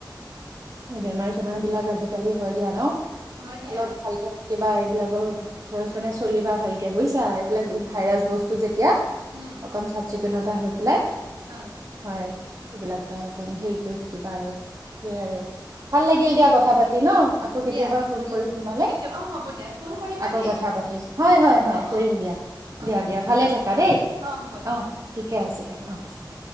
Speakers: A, on the right (about 45°); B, on the right (about 75°).
A: এ বেমাৰ চেমাৰ বিলাক আজিকালি হয় দিয়া ন।
B: হয় দিয়া
A: অলপ ভালকে থাকিবা এইবিলাকৰ খৰচ মানে চলিবা ভালকে। বুজিছা এইবিলাক
B: হয়
A: ভাইৰাছ বস্তু যেতিয়া
B: উম
A: অকন চাফ চিকুণতা হয়
B: অ
A: এইবিলাক বা অকন হেৰি কৰি থাকিবা আৰু সেইয়াই আৰু ভাল লাগিল দিয়া কথা পাতি ন আকৌ কেতিয়াবা
B: দিয়া হ'ব
A: ফোন
B: দিয়া
A: কৰিম তোমালৈ
B: কেতিয়াবা অ হ'ব দিয়া ফোন কৰিবা
A: আকৌ
B: দেই
A: কথা পাতিম হয়, হয় হয়,
B: অ
A: কৰিম
B: অ
A: দিয়া,
B: কথা
A: দিয়া,
B: পাতিম
A: দিয়া ভালে থাকা
B: হ'ব
A: দেই
B: দিয়া হ'ব দিয়া
A: অ', ঠিকে ছে অ <unintelligible>